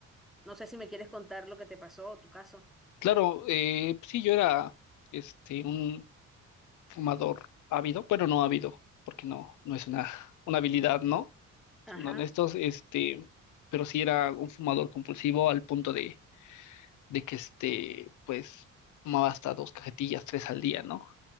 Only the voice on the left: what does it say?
Claro, eh, pues sí, yo era este un fumador ávido, bueno, no ávido, porque no, no es una, una habilidad, ¿no?
Siendo honestos, este, pero sí era un fumador compulsivo al punto de, de que este, pues, fumaba hasta dos cajetillas, tres al día, ¿no?